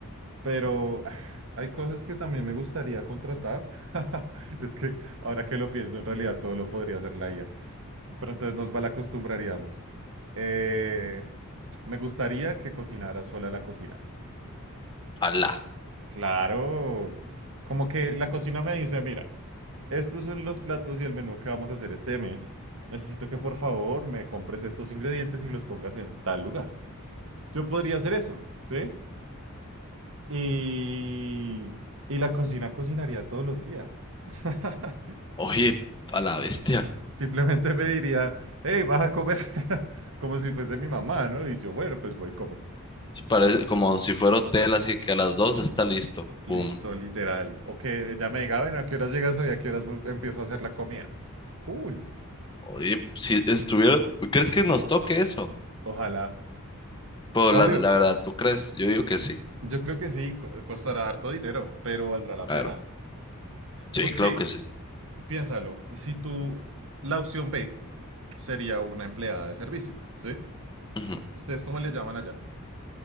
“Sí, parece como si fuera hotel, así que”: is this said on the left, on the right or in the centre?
Left